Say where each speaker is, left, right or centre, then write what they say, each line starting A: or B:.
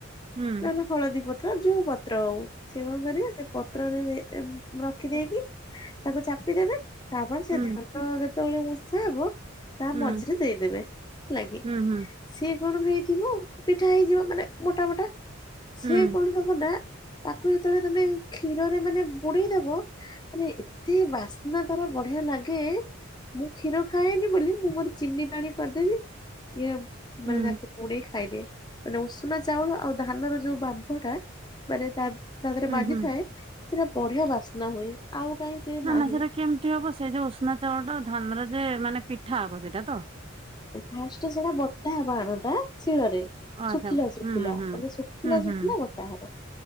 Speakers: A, on the right; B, on the left.
A: ହୁଁ
B: ନା ନା ହଳଦୀ ପତ୍ର ଯୋଉ ପତ୍ର ହଉ ସେ କଣ କରିବେ ସେ ପତ୍ରରେ ଏମ୍ ରଖିଦେଇକି
A: ହୁଁ
B: ତାକୁ ଚାପିଦବେ ତାପରେ ସେ
A: ହୁଁ
B: ଧାନ ଯେତେବେଳେ ଉର୍ଷା ହବ ତା
A: ହୁଁ
B: ମଝିରେ ଦେଇଦେବେ ହେଲାକି
A: ହୁଁ ହୁଁ
B: ସିଏ କଣ ହେଇଥିବ ପିଠା ହେଇଯିବ ମାନେ ମୋଟା ମୋଟା ସିଏ
A: ହୁଁ
B: କଣ ଦଉ ପଟା, ତାକୁ ଯେତେବେଳେ ତମେ କ୍ଷୀରରେ ମାନେ ବୁଡେଇଦବ ମାନେ ଏତେ ବାସ୍ନା ତାର ବଢିଆ ଲାଗେ। ମୁଁ କ୍ଷୀର ଖାଏନି ବୋଲି ମୁଁ ମୋର ଚିନି ପାଣି କରିଦେବି ଇଏ
A: ହୁଁ
B: ମାନେ ତାକୁ ବୁଡେଇ ଖାଇଦିଏ ମାନେ ଉଷୁନା ଚାଉଳ ଆଉ ଧାନର ଯୋଉ ବାମ୍ଫ ଟା ମାନେ ତା ତା ଦିହରେ
A: ହୁଁ
B: ବାଜିଥାଏ
A: ହୁଁ
B: ସେଟା ବଢିଆ ବାସ୍ନା ହୁଏ ଆଉ କାହିଁ ସେ
A: ନା
B: ନାହିଁ
A: ନା ସେଇଟା କେମିତି ହବ ସେ ଯୋଉ ଉଷନା ଚାଉଳଟା ଧାନର ଯେ ମାନେ ପିଠା ହବ ସେଇଟା ତ?
B: ଫାଷ୍ଟରେ ସେଟା ବଟା ହବ ଆରଟା ଶିଳରେ।
A: ଓ ଆଚ୍ଛା
B: ଶୁଖିଲା ଶୁଖିଲା
A: ହୁଁ ହୁଁ
B: ମାନେ ଶୁଖିଲା
A: ହୁଁ ହୁଁ ହୁଁ
B: ଶୁଖିଲା ବଟା ହବ।